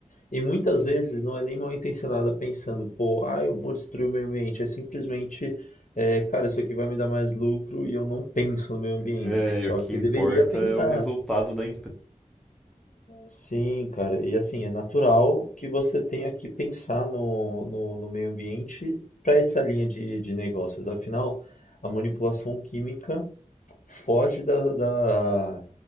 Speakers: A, on the left (about 70°); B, in the centre.
A: E muitas vezes não é nem mal-intencionada pensando, pô, ah, eu vou destruir o meio ambiente. É simplesmente, é, cara, isso aqui vai me dar mais lucro e eu não penso no meio ambiente.
B: É,
A: Só
B: e o que
A: que
B: importa
A: deveria pensar.
B: é o resultado da empresa.
A: Sim, cara. E assim, é natural que você tenha que pensar no, no, no meio ambiente para essa linha de, de negócios. Afinal, a manipulação química foge da, da-